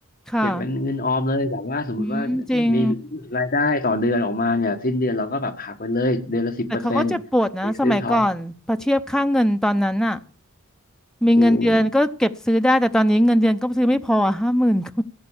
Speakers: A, in the centre; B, on the left.
A: ค่ะ
B: เก็บเป็นเงินออมเลยแบบว่าสมมติว่า
A: อืมจริง
B: มีรายได้ต่อเดือนออกมาเนี่ยสิ้นเดือนเราก็แบบหักไปเลยเดือนละสิบเปอร์เซ็นต์ไปซื้อทอง
A: แต่เขาก็เจ็บปวดนะสมัยก่อนพอเทียบค่าเงินตอนนั้นน่ะ มีเงินเดือนก็เก็บซื้อได้แต่ตอนนี้เงินเดือนก็ซื้อไม่พอห้าหมื่นก็
B: จริง